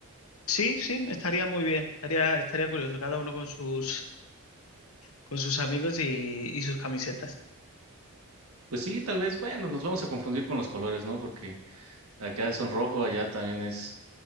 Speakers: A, on the left; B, on the right.
A: Sí, sí, estaría muy bien. Estaría, estaría curioso, cada uno con sus, con sus amigos y, y sus camisetas.
B: Pues sí, tal vez, bueno, nos vamos a confundir con los colores, ¿no? Porque acá son rojo, allá también es,